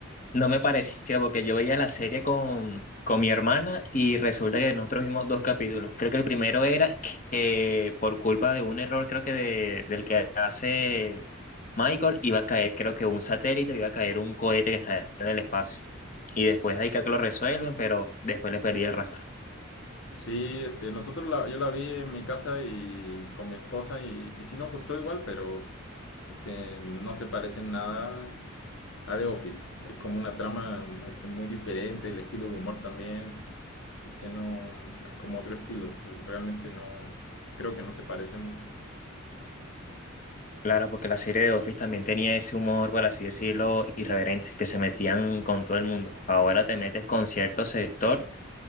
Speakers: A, on the left (about 40°); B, on the left (about 65°).
A: No me parecía porque yo veía la serie con, con mi hermana y resulta que nosotros vimos dos capítulos. Creo que el primero era que por culpa de un error, creo que de- del que hace Michael, iba a caer, creo que un satélite, iba a caer un cohete que está en el espacio. Y después de ahí creo que lo resuelven, pero después le perdí el rastro.
B: Sí, este, nosotros la- yo la vi en mi casa y con mi esposa y, y sí nos gustó igual, pero este, no se parece en nada a The Office. Es como una trama este, muy diferente, el estilo de humor también, este, no, es como otro estilo. Realmente no, creo que no se parece mucho.
A: Claro, porque la serie de Office también tenía ese humor, por así decirlo, irreverente, que se metían con todo el mundo. Ahora te metes con cierto sector